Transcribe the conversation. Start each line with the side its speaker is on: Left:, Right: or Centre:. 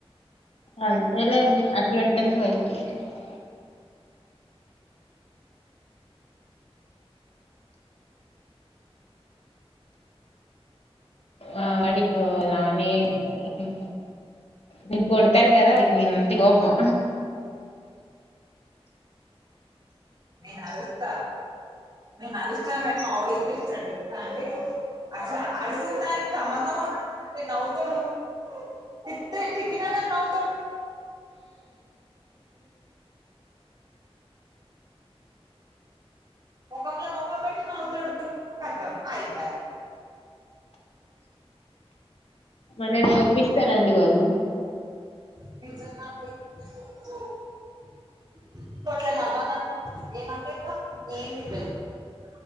Left: అంతేలే అండి అట్లుం <unintelligible> ఆ అడికోవాలా అం మీ ఊహూమ్ నేన్ కొడతాను కదా నేనంటే కోపం
Right: నేను అరుస్తా నేను అరుస్తా గాని మా వాడు ఎం చేస్తాడో తెలుసా అండి అస్సా అరిసిందానికి సంబధం ఉండదండి నవ్వుతాడు పిచ్చి పిచ్చిదానా నవ్ మోకామ్లో మోకాం పెట్టి నవ్వుతడు కతమ్ అయపాయ్
Left: మనల్ నవ్పిస్ ఇస్తారండి వాళ్ళు
Right: <unintelligible>